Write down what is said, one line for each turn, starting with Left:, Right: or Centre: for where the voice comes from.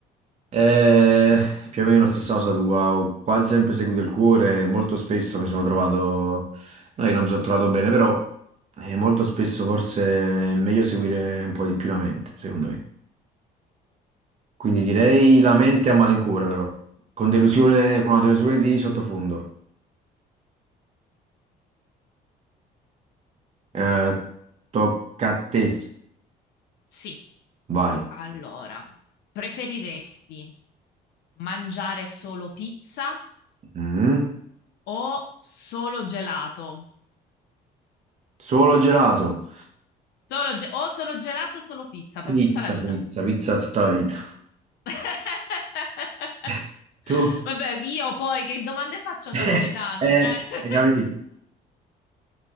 Right: Eh, più o meno la stessa cosa tua, ho quasi sempre seguito il cuore, e molto spesso mi sono trovato, no, io non mi sono trovato bene, però eh, molto spesso forse è meglio seguire un po' di più la mente, secondo me. Quindi direi la mente a malincuore, però, con delusione, con una delusione di sottofondo. Eh, tocca a te,
Left: Sì.
Right: vai.
Left: Allora, preferiresti mangiare solo pizza
Right: Mm.
Left: o solo gelato?
Right: Solo gelato,
Left: Solo ge- o solo gelato o solo pizza
Right: pizza,
Left: per tutta la vita.
Right: pizza, pizza tutta la vita.
Left: <laughs>
Right: <laughs> Tu?
Left: Vabbè, io poi che domande faccio a
Right: <laughs>
Left: un napoletano?
Right: Eh, eh,
Left: Cioè... <laughs>
Right: hai capito?